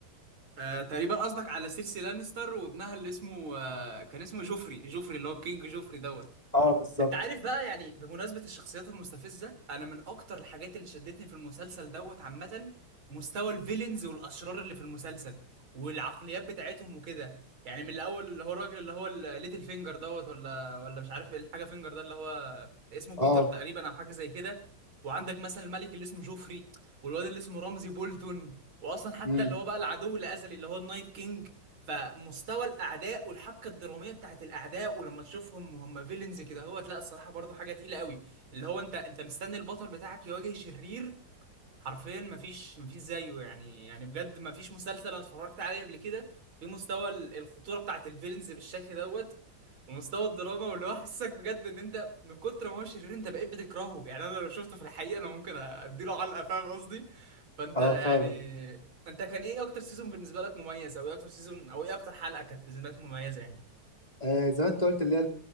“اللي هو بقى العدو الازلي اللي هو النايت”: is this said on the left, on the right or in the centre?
Right